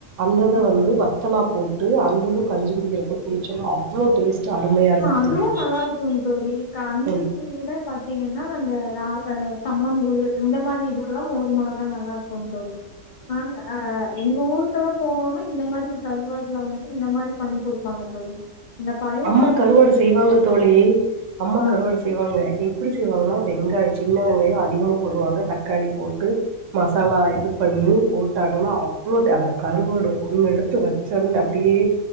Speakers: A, on the right; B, on the left.
A: அந்தத
B: ம்
A: வந்து வத்தலா போட்டு து அந்தது கஞ்சு குடிக்கிற குடிச்சாலும் அவ்ளோ டேஸ்ட் அருமையா இருக்கு
B: அதுவும்
A: தோழி.
B: நல்லா இருக்கும் தோழி கஞ்சிக்கு
A: ஆ
B: விட பாத்தீங்கன்னா அந்த ரா கம்மங்கழு இந்த மாரி இதுக்கெல்லாம் மோர் மொளகா தா நல்லா இருக்கும் தோழி நா அ எங்க ஊர் வீட்லல்லாம் போனோனா இந்த மாரி கருவாடல வந்து இந்த மாரி பண்ணி குடுப்பாங்க தோழி இந்த பழைய
A: அம்மா
B: சோறு
A: கருவாடு செய்வாங்க தோழி அம்மா
B: ஆ
A: கருவாடு செய்வாங்க எப்டி செய்வாங்கன்னா வெங்காயம் சின்ன வெங்காயம் அதிகமா போடுவாங்க தக்காளி போட்டு மசாலா இது பண்ணி போட்டாங்கன்னா அவ்ளோ அந்த கருவோடு ஒண்ணு எடுத்து வச்ச அப்டியே